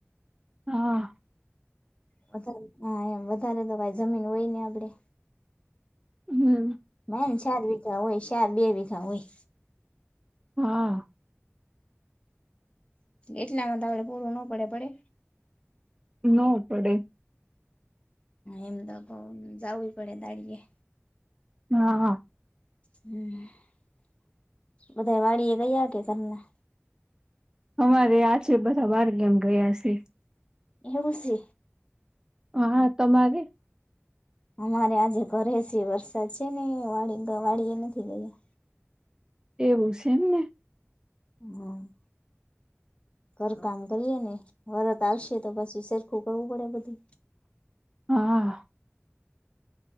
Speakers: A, on the right; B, on the left.
A: હા
B: વધારે હા એમ વધારે તો ભાઈ જમીન હોય ને આપડે.
A: હમ
B: ના ને ચાર વીઘા હોય ચાર બે વીઘા હોય
A: હા
B: એટલા માં આપડે પૂરું નો પડે. પડે?
A: નો પડે.
B: એમ તો કંઈ જાવુંય પડે દાડીયે
A: હા
B: હમ બધા વાડી એ ગયા કે ઘરના?
A: અમારે આજે બધા બહાર ગામ ગયા છે.
B: એવુ શે?
A: હા તમારે?
B: અમારે આજે ઘરે છે. વરસાદ છે ને વાડી વાડી એ નથી ગયા.
A: એવું છે એમ ને?
B: હમ ઘર કામ કરીએ ને વરત આવશે તો પછી સરખું કરવું પડે બધું.
A: હા